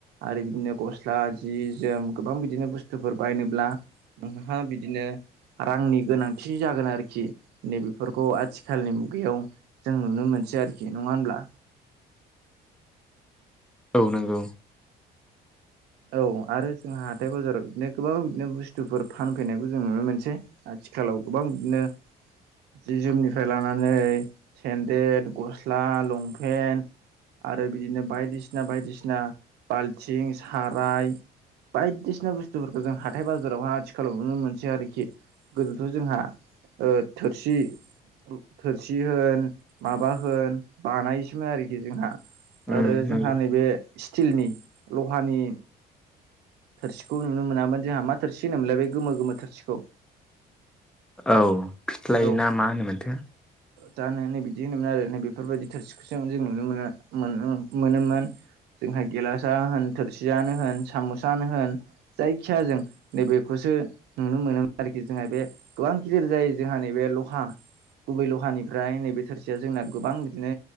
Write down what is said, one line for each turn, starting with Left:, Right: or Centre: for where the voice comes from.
Right: आरो बिदिनो गस्ला जि जोम गोबां बिदिनो बुस्थुफोर बायनोब्ला नोंहा बिदिनो रांनि गोनांथि जागोन आरोखि नैबेफोरखौ आथिख सालनि मुगायाव जों नुनो मोनसै आरोखि नंङा होनब्ला।
Centre: औ नंगौ।
Right: औ आरो जोंहा हाथाय बाजाराव बिदिनो गोबां बिदिनो बुस्थुफोर फानफैनायखौ जों नुनो मोनसै आथिखालाव गोबां बिदिनो जि जोमनिफ्राय लानानै सेन्देल गस्ला लंपेन्ट आरो बिदिनो बायदिसिना बायदिसिना बाल्थिं साराय बायदिसिना बुस्थुफोरखौ जों हाथाय बाजारावहाय आथिखालाव नुनो मोनसै आरोखि। गोदोथ' जोंहा ओ थोरसि थोरसि होन माबा होन बानायोसोमोन आरोखि जोंहा।
Centre: उम
Right: आरो
Centre: नंगौ
Right: जोंहा नैबे स्टिलनि लहानि थोरसि खौ नुनो मोनामोन जोंहा मा थोरसि होनोमोनलाय बे गोमो गोमो थोरसिखौ
Centre: औ फिथ्लाय
Right: औ
Centre: ना मा होनोमोनथो।
Right: जानो नै बिदि होनोमोन आरो नै बेफोरबायदि थोरसि जों नुनो मोनो मोनोमोन मोनोमोन जोंहा गेलासा होन थोरसियानो होन साम'सानो होन जायखिया जों नैबेखौसो। नुनो मोनोम आरोखि जोंहा बे गोबां गिदिर जायो जोंहा नैबे लहा गुबै लहानिफ्राय नैबे थोरसिया जोंना गोबां बिदिनो